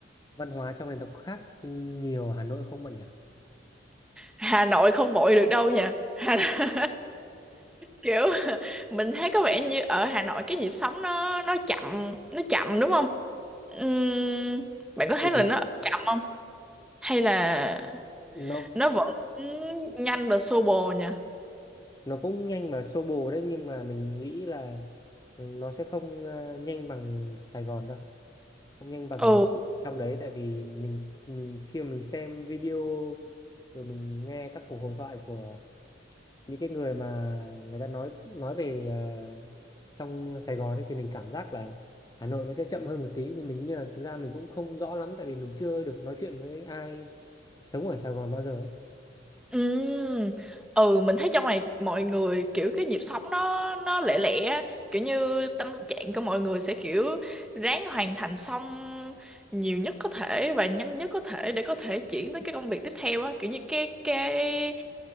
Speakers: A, on the left; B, in the centre.
A: văn hóa trong này nó có khác ừ, nhiều Hà Nội không bạn nhỉ?
B: Hà Nội không vội được đâu nha Hà... <laughs> kiểu mình thấy có vẻ như ở Hà Nội cái nhịp sống nó nó chậm nó chậm đúng không Ừm, bạn có thấy
A: Ừ.
B: là nó chậm không hay là
A: Nó
B: nó vẫn nhanh và xô bồ nha
A: nó cũng nhanh và xô bồ đấy, nhưng mà mình nghĩ là ừ, nó sẽ không à, nhanh bằng Sài Gòn đâu. không nhanh bằng
B: Ừ,
A: ờ, trong đấy tại vì mình, mình khi mà mình xem video rồi mình nghe các cuộc hội thoại của những cái người mà người ta nói nói về ờ, trong Sài Gòn ấy, thì mình cảm giác là Hà Nội nó sẽ chậm hơn một tí thì mình như là thực ra mình cũng không rõ lắm tại vì mình chưa được nói chuyện với ai sống ở Sài Gòn bao giờ ấy.
B: Ừ. ừ mình thấy trong này mọi người kiểu cái nhịp sống nó nó lẻ lẻ á. kiểu như tâm trạng của mọi người sẽ kiểu ráng hoàn thành xong nhiều nhất có thể và nhanh nhất có thể để có thể chuyển tới cái công việc tiếp theo á kiểu như cái cái